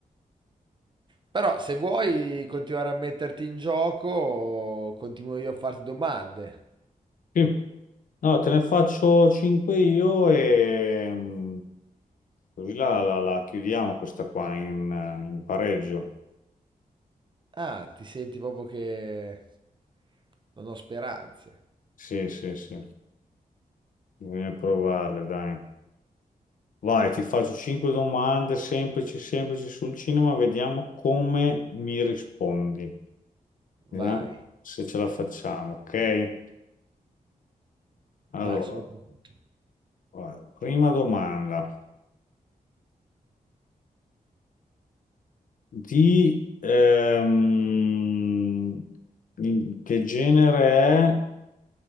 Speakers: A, on the right (about 30°); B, on the left (about 65°).
A: Però se vuoi continuare a metterti in gioco, continuo io a farti domande.
B: Sì. Allora, te ne faccio 5 io e mm, così la, la- la chiudiamo questa qua in, eh, in pareggio.
A: Ah, ti senti proprio che non ho speranze.
B: Sì, sì, sì. Bisogna provarle, dai. Vai, ti faccio 5 domande semplici, semplici sul cinema, vediamo come mi rispondi. Vediamo
A: Vai.
B: se ce la facciamo, ok? Allora,
A: Vai, sono pronto.
B: vai. prima domanda. Di ehm, in che genere è?